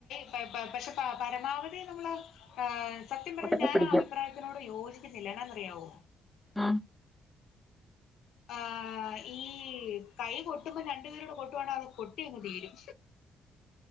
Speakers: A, on the left; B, in the centre.
A: <unintelligible> പക്ഷെ പര പരമാവധി നമ്മള് ആഹ് സത്യം പറഞ്ഞാ
B: ഒട്ടൊക്കെ
A: ഞാനാ
B: പിടിക്കും
A: അഭിപ്രായ തിനോട് യോജിക്കുന്നില്ലാ എന്നന്ന് അറിയാവോ
B: ഉം.
A: ആഹ് ഈ കൈ കൊട്ടുമ്പോൾ രണ്ടുപേരോട് കൊട്ടുവാണങ്കിൽ അത് കൊട്ടി അങ്ങ് തീരും